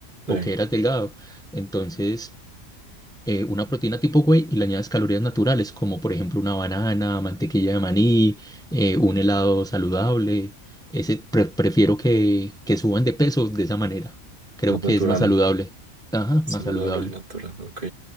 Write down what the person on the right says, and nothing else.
Sí,
más
natural.
Saludable
y natural, ok.